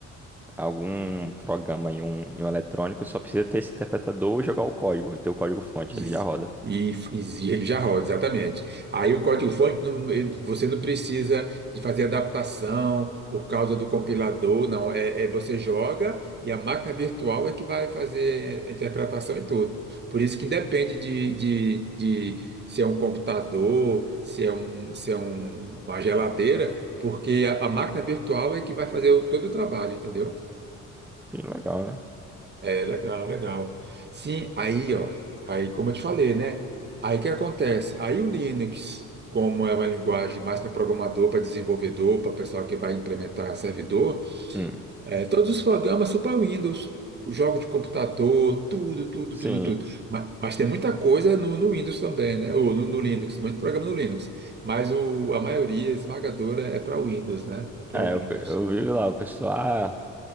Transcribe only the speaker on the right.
Diz-
E, e já roda, exatamente. Aí o código-fonte, não- ele- você não precisa de fazer adaptação por causa do compilador, não. É, é você joga e a máquina virtual é que vai fazer a interpretação e tudo. Por isso que independe de, de, de se é um computador, se é, um, se é um- uma geladeira, porque a, a máquina virtual é que vai fazer o- todo o trabalho, entendeu?
É, legal, legal. Sim, aí, ó, aí como eu te falei, né? Aí o que acontece? Aí o Linux, como é uma linguagem mais para programador, para desenvolvedor, para pessoal que vai implementar servidor,
é, todos os programas são para Windows, jogos de computador, tudo, tudo,
tudo, tudo. Mas, mas tem muita coisa no, no Windows também, né? Ou no, no Linux, muito programa no Linux. Mas o, a maioria esmagadora é para Windows, né? É para
Windows.